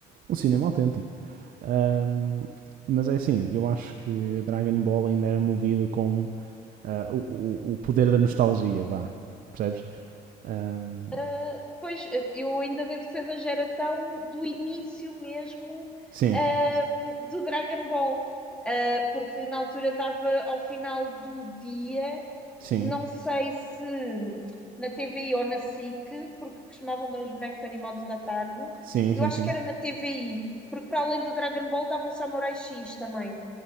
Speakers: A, on the right; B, in the centre.
A: Um cinema autêntico. Ahm, mas é assim, eu acho que Dragon Ball ainda era movido com ah, o- o, poder da nostalgia, vá. Percebes? Ahm,
B: Ah, pois eh, eu ainda devo ser da geração do início mesmo
A: sim,
B: ah, do Dragon Ball, ah, porque na altura dava ao final do dia
A: sim,
B: não sei se na TVI ou na SIC, porque costumavam dar uns bonecos animados à tarde.
A: sim,
B: Eu
A: sim,
B: acho
A: sim.
B: que era na TVI, porque para além do Dragon Ball dava o Samurai X também.